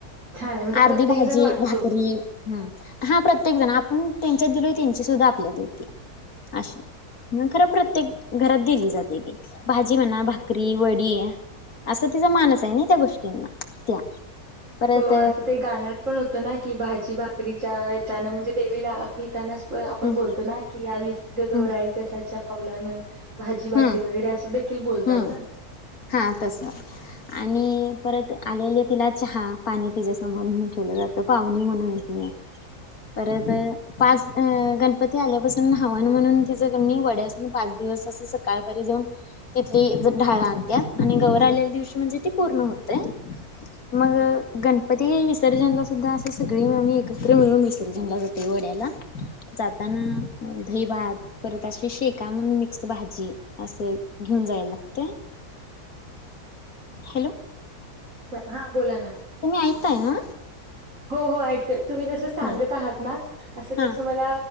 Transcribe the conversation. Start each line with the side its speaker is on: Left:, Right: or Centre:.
Right: छान आहे म्हणजे
Left: अर्धी
Right: प्रत्येक
Left: भाजी
Right: जण वाटतो.
Left: भाकरी ह हा प्रत्येक जण. पण त्यांच्या दिली, त्यांची सुद्धा आपल्या येते. अशा. मग खरं प्रत्येक घरात दिली जाते ती. भाजी म्हणा भाकरी, वडी असा तिचा मानस आहे ना त्या गोष्टींना त्या. परत
Right: हो असं ते गाण्यात पण होतं ना की भाजी भा करीच्या याच्यान म्हणजे देवीला आत घेतानाच आपण
Left: हम्म
Right: बोलतो ना की आलीस ग गौराई
Left: हम्म
Right: कशाच्या पावलं न. भाजी बाकरी
Left: हम्म
Right: वगैरे असं देखील बोलतात
Left: हम्म
Right: ना.
Left: हा तसं आणि परत आलेली तिला चहा पाणी तिच्यासमोर नेऊन ठेवलं जातं, पावनी म्हणून ती. परत पाच गण आल्यापासून हवन म्हणून तिच्या कनी वड्याूसन पाच दिवस अस स काळपरी जाऊन तिथली ढाळ आणतात आणि गववर आलेल्या दिवशी म्हणजे ती पूर्ण होतय मग गणपती विसर्जनला सुद्धा असं सगळी मी एकत्र मिळून विसर्जनला जातो ओढ्याला. जाताना दही भात. परत अशी शेका म्हणून मिक्स भाजी. अस. घेऊन जायला लागतय. हॅलो.
Right: हा बोला ना.
Left: तुम्ही ऐकताय ना.
Right: हो, हो ऐकते. तुम्ही जसं सांगत
Left: हा
Right: आहात ना असं
Left: हा
Right: कसं मला